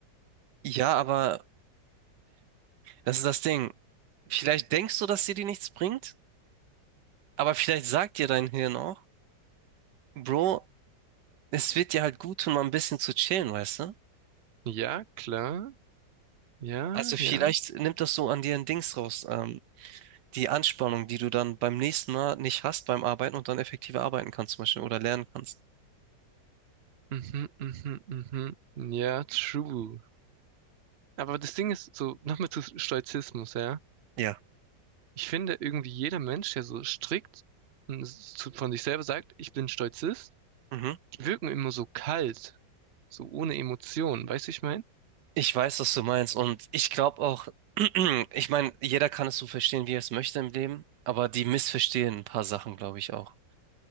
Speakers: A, on the right; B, on the right.
A: ja, aber das ist das Ding. Vielleicht denkst du, dass dir die nichts bringt, aber vielleicht sagt dir dein Hirn auch, Bro, es wird dir halt gut tun, mal ein bisschen zu chillen, weißt du?
B: Ja, klar. Ja,
A: Also vielleicht
B: ja.
A: nimmt das so an dir ein Dings raus, ähm, die Anspannung, die du dann beim nächsten Mal nicht hast beim Arbeiten und dann effektiver arbeiten kannst zum Beispiel oder lernen kannst.
B: Mhm, mhm, mhm. Ja, true. Aber das Ding ist so, nochmal zu Stoizismus, ja.
A: Ja.
B: Ich finde irgendwie jeder Mensch, der so strikt und s- zu- von sich selber sagt, ich bin Stoizist,
A: Mhm.
B: die wirken immer so kalt, so ohne Emotionen, weißt du, ich mein?
A: Ich weiß, was du meinst und ich glaube auch, <clears throat> ich meine, jeder kann es so verstehen, wie er es möchte im Leben, aber die missverstehen ein paar Sachen, glaube ich auch.